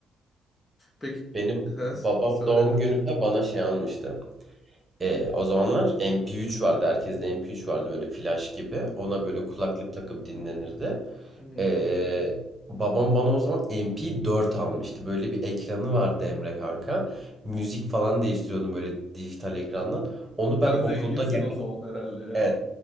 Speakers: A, on the left; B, on the right.
A: Peki,
B: Benim
A: <laughs> He,
B: babam
A: söyle
B: doğum
A: kanka.
B: gününde bana şey almıştı. E, o zamanlar MP3 vardı. Herkeste MP3 vardı böyle flash gibi. Ona böyle kulaklık takıp dinlenirdi.
A: Hı
B: E,
A: hı.
B: babam bana o zaman MP4 almıştı. Böyle bir ekranı vardı Emre kanka. Müzik falan değiştiriyordum böyle dijital ekrandan. Onu ben
A: Sen
B: okulda
A: zenginsin
B: yak-
A: o zaman herhalde ya.
B: Evet.